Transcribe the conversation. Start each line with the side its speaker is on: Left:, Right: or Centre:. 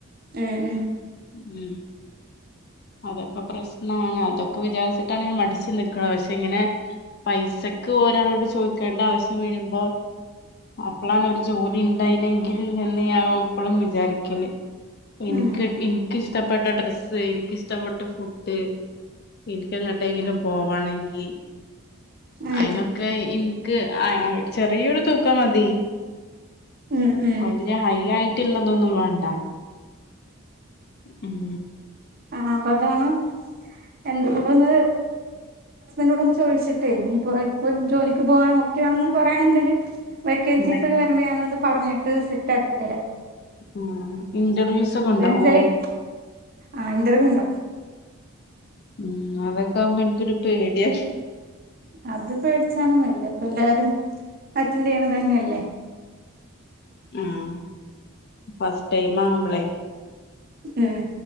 Right: ഉം ഉം
Left: ഉം അതൊക്കെ പ്രശ്നാണ്. അതൊക്കെ വിചാരിച്ചിട്ടാണ് ഞാ മടിച്ചു നിക്കണേ പക്ഷെ ഇങ്ങനെ. പൈസക്ക് ഒരാളോട് ചോദിക്കേണ്ട ആവശ്യം വരുമ്പോ അപ്പളാണ് ഒരു ജോലി ഉണ്ടായിനെങ്കിൽ എന്ന് ഞാൻ എപ്പളും വിചാരിക്കല്
Right: ഉം
Left: എനിക്ക് എനിക്കിഷ്ടപ്പെട്ട ഡ്രസ്സ് എനിക്കിഷ്ടപ്പെട്ട ഫുഡ് എനിക്കങ്ങട്ടെങ്കിലും പോവാണെങ്കിൽ
Right: ഉം
Left: അയി എനിക്ക് ആ ചെറിയൊരു തുക മതി
Right: ഉം ഉം ഉം
Left: വല്യ ഹൈ ആയിട്ടള്ളതൊന്നും വേണ്ട ഉം
Right: ആ അപ്പൊ അതാണ് എന്തുകൊണ്ടന്ന് നോട് ഒന്ന് ചോദിച്ചിട്ടേ ഇനി ഇപ്പ ഇപ്പൊ ജോലിക്ക് പോകാനോ ഓക്കൊണെന്ന് പറയയാണെന്നണ്ടെങ്കില് വേക്കൻസീസൊക്കെ
Left: ഉം
Right: വരുമ്പഴ് ഞാനൊന്ന് പറഞ്ഞട്ട് സെറ്റാക്കി തരാം
Left: ഉം ഇന്റർവ്യൂസ് ഒക്കെ ഉണ്ടാവോ
Right: പെൻസലി ആ ഇന്റർവ്യൂ ണ്ടാവും
Left: ഉം അവരതാകുമ്പോ എനിക്കൊരു പേടിയ
Right: അത് പേടിച്ചാണൊന്നല്ല ഇപ്പ എല്ലാരും അറ്റൻഡയ്യണ തന്നെല്ലേ
Left: ഉം ഫസ്റ്റ് ടൈമാവുമ്പളെ
Right: ഉം